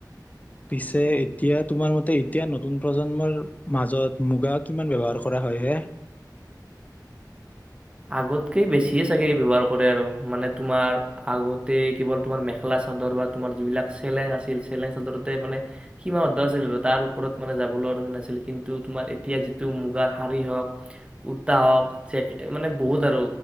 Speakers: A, on the left; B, on the right.
A: পিছে এতিয়া তোমাৰ মতে এতিয়া নতুন প্ৰজন্মৰ মাজত মুগা কিমান ব্যৱহাৰ কৰা হয় হে?
B: আগতকৈ বেছিয়ে চাগে ব্যৱহাৰ কৰে আৰু মানে তোমাৰ আগতেই কেৱল তোমাৰ মেখেলা চাদৰ বা তোমাৰ যিবিলাক চেলেং আছিল চেলেং চাদৰতে মানে সীমাবদ্ধ আছিল আৰু তাৰ ওপৰত মানে যাবলৈ নাছিল কিন্তু তোমাৰ এতিয়া যিটো মুগাৰ শাৰী হওক কুৰ্তা হওক জেক মানে বহুত আৰু